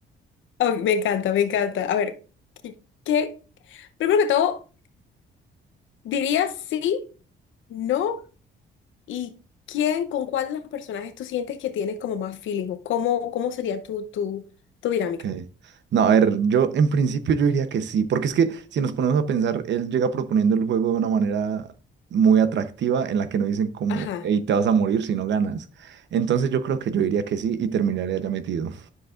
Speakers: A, on the left; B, on the right.
A: Oh, me encanta, me encanta. A ver, ¿qué, qué? Primero que todo, diría sí, no y quién, con cuál de los personajes tú sientes que tienes como más feeling o cómo, cómo sería tu, tu, tu dinámica.
B: Ok. No, a ver, yo en principio yo diría que sí, porque es que si nos ponemos a pensar, él llega proponiendo el juego de una manera muy atractiva en la que no dicen como,
A: Ajá.
B: hey, te vas a morir si no ganas. Entonces yo creo que yo diría que sí y terminaría ya metido.